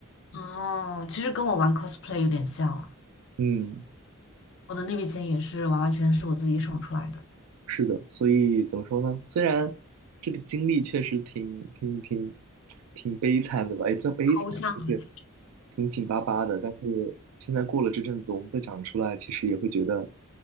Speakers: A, on the left; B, on the right.
A: 哦，其实跟我玩 cosplay 有点像了，
B: 嗯，
A: 我的那笔钱也是完完全全是我自己省出来的。
B: 是的，所以怎么说呢？虽然这个经历确实挺挺挺挺悲惨的吧，也不叫悲惨，
A: 抽象的
B: 就是挺紧巴巴的。但是现在过了这阵子，我们再讲出来，其实也会觉得